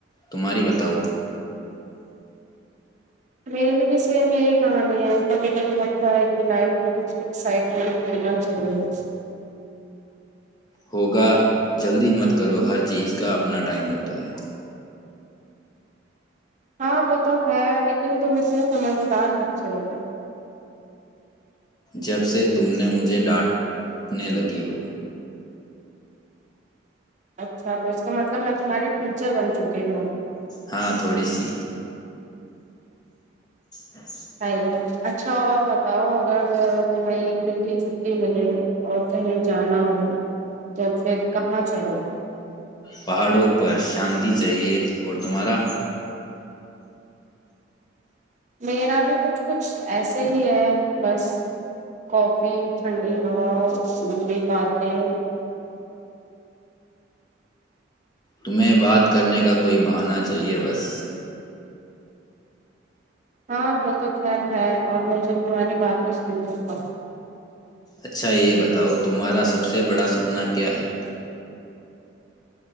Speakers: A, on the left; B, on the right.
A: تمہاری بتاؤ
B: میری بھی سیف یہی کہانی ہے کبھی کبھی لگتا ہے کہ لائف میں کچھ ایکسائٹمنٹ رہنا چاہیے
A: ہو گا جلدی مت کرو ہر چیز کا اپنا ٹائم ہوتا ہے
B: ہاں وہ تو ہے لیکن تم اتنے سمجھدار بچے ہو
A: جب سے تم نے مجھے ڈانٹنے لگی ہو
B: اچھا تو اس کا مطلب میں تمہاری ٹیچر بن چکی ہوں
A: ہاں تھوڑی سی ہاں
B: ہ اچھا اور بتاؤ اگر تمہیں ایک دن کی چھٹی ملے اور کہیں جانا ہو تو پھر کہاں چلو گے
A: پہاڑوں پر شانتی چاہیے اور تمہارا
B: میرا بھی کچھ کچھ ایسے ہی ہے بس کافی ٹھنڈی ہوا لمبی باتیں
A: تمہیں بات کرنے کا کوئی بہانہ چاہیے بس
B: ہاں وہ تو خل ہے اور مجھے تمہاری باتیں سنیے گ
A: اچھا یہ بتاؤ تمہارا سب سے بڑا سپنا کیا ہے